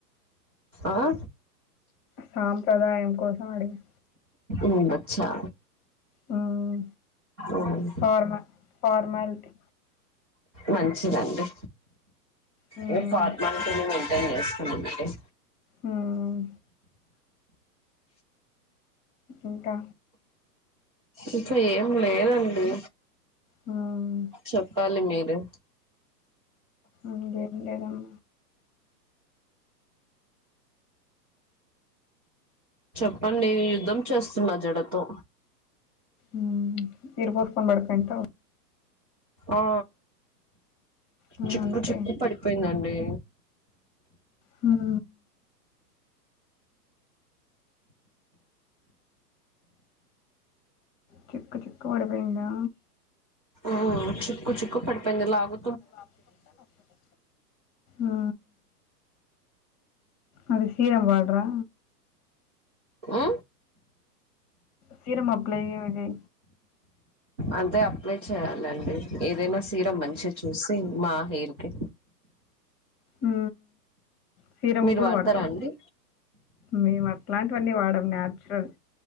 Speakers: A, on the right; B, on the left.
A: ఆ
B: సాంప్రదాయం కోసం అడిగిన
A: ఉండొచ్చా
B: హ్మ్.
A: ఉమ్
B: ఫార్మ ఫార్మాలిటీ.
A: మంచిదండి
B: హ్మ్.
A: మి ఫార్మాలిటీని మెయింటెన్ జేస్ ఉంటయ్
B: ఉమ్ ఇంకా
A: ఇంక ఏం లేదండి
B: హ్మ్.
A: చెప్పాలి మీరే
B: ఇంగేం లేదమ్మ
A: చెప్పండి యుద్ధం చేస్తున్నా జడతో
B: ఊ ఇరబోసుకొని పడుకుంటా
A: ఆ
B: హ్మ్.
A: చిక్కు
B: అంతే.
A: చిక్కు పడిపోయిందండి
B: హూ చిక్కు చిక్కు పడిపోయిందా
A: ఊ చిక్కు చిక్కు పడిపోయింది లాగు
B: అలా లాగుతుంటే నొస్తది ఊ అది సీరం వాడరా
A: ఊ
B: సీరం అప్లై చేయిర్రి
A: అంతే అప్లై చేయాలండి ఏదైనా సీరమ్ మంచిది చూసి మా హెయిర్ కి
B: ఊ సీరమ్
A: మీరు
B: కూడా
A: వాడతారా
B: వాడతావా
A: అండి
B: మేం అట్లాంటివన్నీ వాడం న్యాచురల్